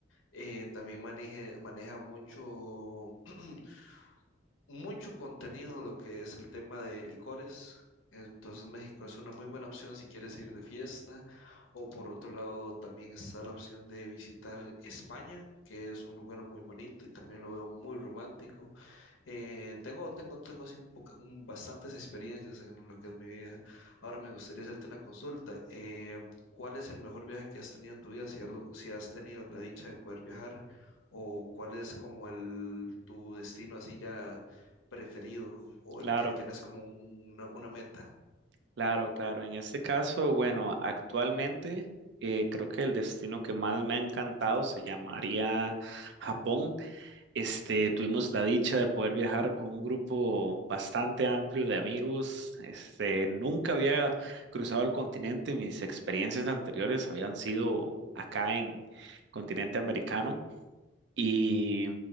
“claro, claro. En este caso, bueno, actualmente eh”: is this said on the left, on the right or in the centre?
Right